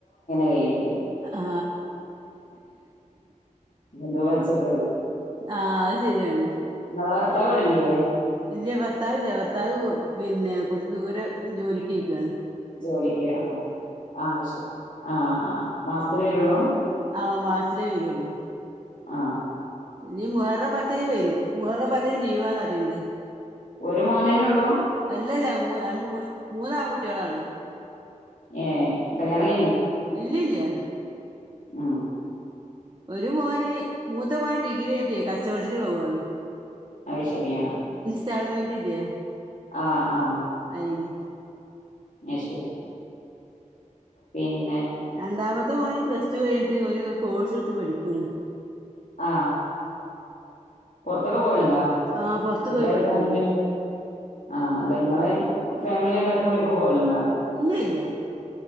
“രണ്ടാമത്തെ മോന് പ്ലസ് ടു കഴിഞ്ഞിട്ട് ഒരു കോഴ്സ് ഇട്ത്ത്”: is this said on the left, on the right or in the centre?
Right